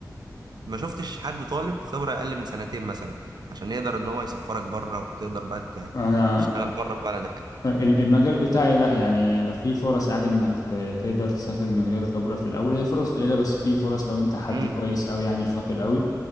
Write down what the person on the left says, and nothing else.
أنا
ال- المجال بتاعي لا يعني في فرص عادي انك ت- تقدر تسافر من غير خبرة في الاول هي فرص قليلة بس في فرص لو انت حد
كويس قوي يعني وشاطر قوي